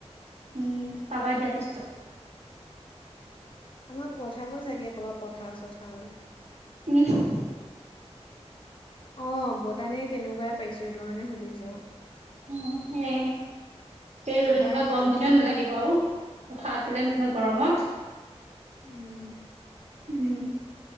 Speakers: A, on the right (about 75°); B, on the left (about 50°).
A: উম, পাবা দিয়া পি
B: আমাক পঠাব চাগে কৰবাৰ পথাৰ চথাৰলে।
A: <unintelligible>
B: অ' বতানিৰ তেনেকুৱাই পাইছো সেইটো কাৰণে সুধিছো।
A: উম' সেইয়ে, এই
B: এবাৰ
A: এনেকুৱা গৰম
B: আমাক
A: দিনত নালাগে বাৰু। পথাৰত গ'লে নহ'লে গৰমত।
B: উম।
A: উম।